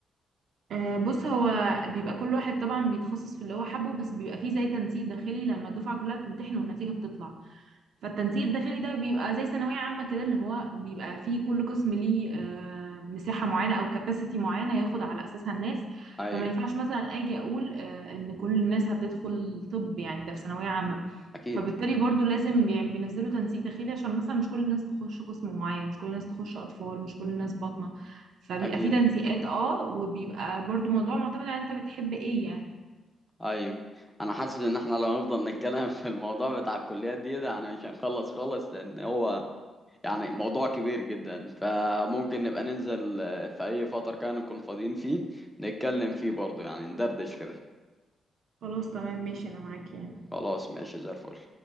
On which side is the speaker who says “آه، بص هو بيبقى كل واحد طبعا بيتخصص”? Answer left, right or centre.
Right